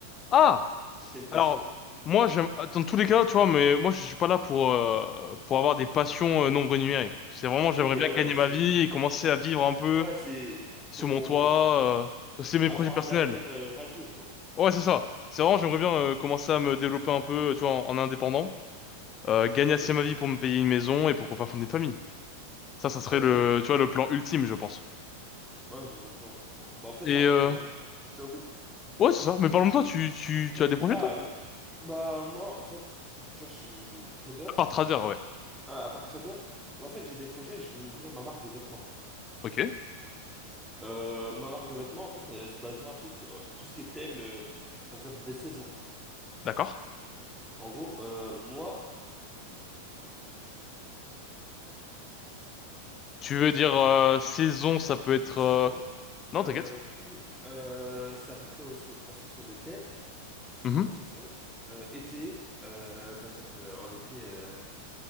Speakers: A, on the left; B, in the centre.
A: Ah!
B: C'est une passion.
A: Alors, moi, j'aime, dans tous les cas, tu vois, mais moi, je suis pas là pour, euh, pour avoir des passions euh, non rémunérées. C'est vraiment, j'aimerais
B: Ok,
A: bien
B: ouais,
A: gagner
B: c'est...
A: ma vie et commencer à vivre un peu
B: Ouais, c'est
A: sous
B: ton...
A: mon toit. euh, c'est mes
B: avoir
A: projets personnels.
B: un avenir euh, radieux, quoi.
A: Ouais, c'est ça. C'est vraiment, j'aimerais bien euh, commencer à me développer un peu, tu vois, en, en indépendant, euh, gagner assez
B: Oui.
A: ma vie pour me payer une maison et pourquoi pas fonder une famille. Ça, ça serait
B: Ok.
A: le, tu vois, le plan ultime, je pense.
B: Ouais, je comprends, je comprends. Bah, en fait,
A: Et,
B: c'est un peu
A: euh,
B: ton futur but.
A: ouais, c'est ça. Mais
B: Oui.
A: parlons de toi, tu, tu, tu as des projets,
B: Ah
A: toi?
B: oui. Bah, moi, en fait, tu vois, je suis trader.
A: À part trader, ouais.
B: Ah, à part trader, mais en fait, j'ai des projets, je veux ouvrir ma marque de vêtements.
A: Ok,
B: Euh, ma marque de vêtements, en fait, elle, se basera un peu sur euh, tout ce qui est thème, euh, par exemple, des saisons.
A: d'accord.
B: En gros, euh, moi,
A: Tu veux dire, euh, saison, ça peut être,
B: excuse-moi.
A: euh, non,
B: Euh,
A: t'inquiète.
B: du coup, euh, c'est à peu près au fo- en fonction des thèmes, en fonction
A: Mhm.
B: des saisons. Euh, été, euh, par exemple, euh, en été. euh,